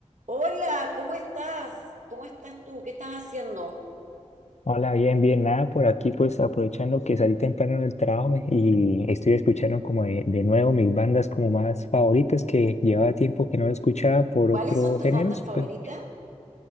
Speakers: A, on the right; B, on the left.
A: Hola, ¿cómo estás? ¿Cómo estás tú? ¿Qué estás haciendo?
B: Hola, bien, bien, nada por aquí, pues aprovechando que salí temprano del trabajo y estoy escuchando como de, de nuevo mis bandas como más favoritas que llevaba tiempo que no escuchaba por
A: ¿Cuáles
B: otros
A: son tus
B: géneros.
A: bandas favoritas?
B: Pues,